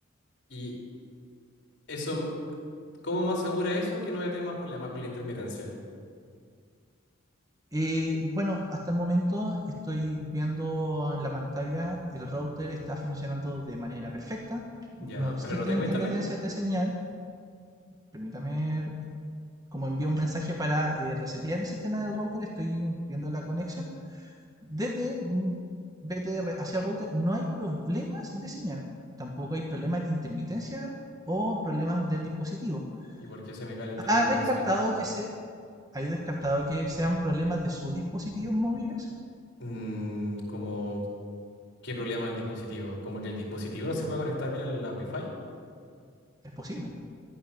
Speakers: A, on the left; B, on the right.
A: y eso, me- ¿cómo me asegura eso que no voy a tener más problemas con la intermitencia?
B: Eh, bueno, hasta el momento estoy viendo en la pantalla, el router está funcionando de manera perfecta, no
A: Ya,
B: existen
A: pero no tengo
B: intermitencias
A: internet.
B: de señal, permítame como envío un mensaje para eh, resetear el sistema del router, estoy viendo la conexión, desde BTR hacia el router no hay problemas de señal, tampoco hay problemas de intermitencia o problemas del dispositivo.
A: ¿Y por qué se me cae el internet
B: Ha
A: entonces?
B: descartado que se, hay descartado que sean problemas de sus dispositivos móviles,
A: Mm, como ¿Qué problema el dispositivo? Como que el dispositivo no se puede conectar bien a la Wi-Fi.
B: es posible.